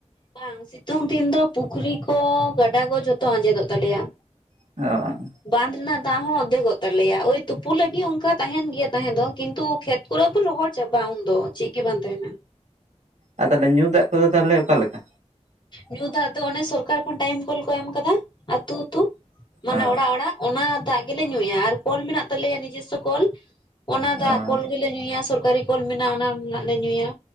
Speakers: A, on the left (about 40°); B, on the right (about 85°).
A: ᱵᱟᱝ, ᱥᱤᱛᱩᱝ ᱫᱤᱱ ᱫᱚ ᱯᱩᱠᱷᱨᱤ ᱠᱚ ᱜᱟᱰᱟ ᱠᱚ ᱡᱷᱚᱛᱚ ᱟᱸᱡᱮᱫᱚᱜ ᱛᱟᱞᱮᱭᱟ᱾
B: ᱚᱻ
A: ᱵᱟᱸᱫ ᱨᱮᱱᱟᱜ ᱫᱟᱜ ᱦᱚᱸ ᱚᱫᱷᱮᱠᱚᱜ ᱛᱟᱞᱮᱭᱟ ᱳᱭ ᱛᱩᱯᱩ ᱞᱟᱹᱜᱤᱫ ᱚᱱᱠᱟ ᱛᱟᱦᱮᱸᱱ ᱜᱮᱭᱟ ᱛᱟᱦᱮᱸ ᱫᱚ ᱠᱤᱱᱛᱩ ᱠᱷᱮᱛ ᱠᱚ <inaudible> ᱨᱚᱦᱚᱲ ᱪᱟᱵᱟ ᱩᱱ ᱫᱚ ᱪᱮᱫ ᱜᱮ ᱵᱟᱝ ᱛᱟᱦᱮᱸᱱᱟ᱾
B: ᱟᱨ ᱛᱟᱦᱚᱞᱮ ᱧᱩ ᱫᱟᱜ ᱠᱚᱫᱚ ᱛᱟᱦᱚᱞᱮ ᱚᱠᱟ ᱞᱮᱠᱟ?
A: ᱧᱩ ᱫᱟᱜ ᱫᱚ ᱚᱱᱮ ᱥᱚᱨᱠᱟᱨ ᱠᱷᱚᱱ ᱴᱟᱭᱤᱢ ᱠᱚᱞ ᱠᱚ ᱮᱢ ᱟᱠᱟᱫᱟ, ᱟᱹᱛᱩ ᱟᱹᱛᱩ ᱢᱟᱱᱮ
B: ᱚ
A: ᱚᱲᱟᱜ ᱚᱲᱟᱜ᱾ ᱚᱱᱟ ᱫᱟᱜ ᱜᱮᱞᱮ ᱧᱩᱭᱟ ᱟᱨ ᱠᱚᱞ ᱢᱮᱱᱟᱜ ᱛᱟᱞᱮᱭᱟ ᱱᱤᱡᱮᱥᱥᱚ ᱠᱚᱞ ᱚᱱᱟ ᱫᱟᱜ
B: ᱚ
A: ᱠᱚᱞ ᱜᱮᱞᱮ ᱧᱩᱭᱟ ᱥᱚᱨᱠᱟᱨᱤ ᱠᱚᱞ ᱢᱮᱱᱟᱜᱼᱟ ᱚᱱᱟ ᱨᱮᱱᱟᱜ ᱞᱮ ᱧᱩᱭᱟ᱾